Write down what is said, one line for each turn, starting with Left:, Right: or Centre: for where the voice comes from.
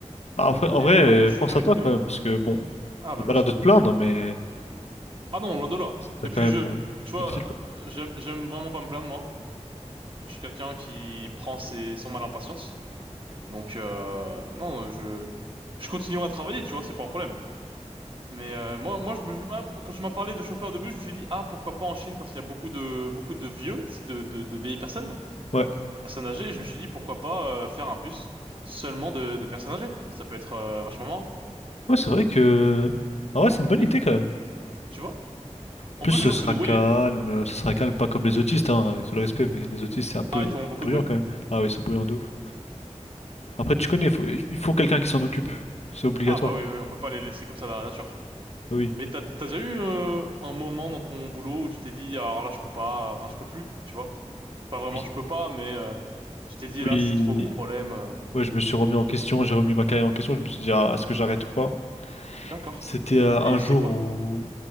Left: Bah, en vrai, en
Right: Mais
Left: vrai,
Right: euh, non,
Left: euh,
Right: mais je suis
Left: pense
Right: quand même
Left: à
Right: épanoui.
Left: toi quand même, parce que bon,
Right: Ah bah
Left: t'as pas
Right: merci.
Left: l'air de te plaindre, mais
Right: Ah non, loin de là.
Left: c'est
Right: Et
Left: quand
Right: puis
Left: même
Right: je,
Left: euh,
Right: tu vois,
Left: difficile, quoi.
Right: euh, j'aime j'aime vraiment pas me plaindre moi. Je suis quelqu'un qui prend ses son mal en patience. Donc euh, non, euh, je je continuerai à travailler, tu vois, c'est pas un problème. Mais euh, moi moi je me ah, moi, quand tu m'as parlé de chauffeur de bus, je me suis dit ah pourquoi pas en Chine parce qu'il y a beaucoup de beaucoup de vieux, tu sais, de de, de vieilles personnes,
Left: Ouais.
Right: personnes âgées. Et je me suis dit pourquoi pas euh, faire un bus seulement de de personnes âgées. Ça peut être euh, vachement marrant,
Left: Ouais, c'est vrai que. Ah ouais, c'est une bonne idée quand même.
Right: tu vois.
Left: En
Right: On
Left: plus,
Right: peut
Left: ce
Right: toujours
Left: sera
Right: se débrouiller.
Left: calme, euh, ce sera calme, pas comme les autistes, hein, avec tout le respect, mais les autistes, c'est un peu
Right: Ah ils font beaucoup
Left: bruyant
Right: de bruit.
Left: quand même. Ah oui, c'est bruyant de ouf. Après, tu connais, faut- il faut quelqu'un qui s'en occupe. C'est obligatoire.
Right: Ah bah oui, oui, oui, on peut pas les laisser comme ça dans la nature.
Left: Ah Oui.
Right: Mais t'as t'as déjà eu euh, un moment dans ton boulot où tu t'es dit ah, alors là je peux pas, enfin je peux plus, tu vois? Pas vraiment
Left: Oui.
Right: je peux pas, mais euh, tu t'es dit
Left: Oui.
Right: là c'est trop gros problème. euh.
Left: Ouais, je me suis remis en question, j'ai remis ma carrière en question, je me suis dit, ah, est-ce que j'arrête ou pas?
Right: D'accord.
Left: C'était euh,
Right: Et
Left: un jour
Right: c'est quoi?
Left: où,